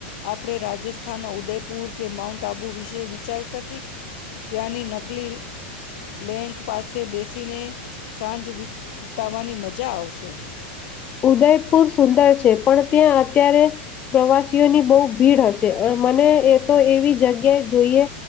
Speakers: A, on the left; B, on the left.
A: આપડે રાજસ્થાન ના ઉદયપુર કે માઉન્ટ આબુ વિશે વિચારી શકી ત્યાંની નકલી લેન્ક પાસે બેસીને સાંજ વિતાવાની મજા આવશે.
B: ઉદયપુર સુંદર છે. પણ ત્યાં અત્યારે પ્રવાસીઓની બૌ ભીડ હશે અ મને એ તો એવી જગ્ યા જોઈએ